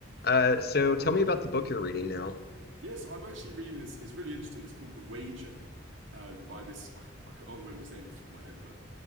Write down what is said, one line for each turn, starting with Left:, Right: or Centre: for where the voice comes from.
Left: Uh, so tell me about the book you're reading now.
Right: Yes, I'm actually reading this. It's really interesting. It's called The Wager, um, by this, I, I can't remember his name off the top of my head, but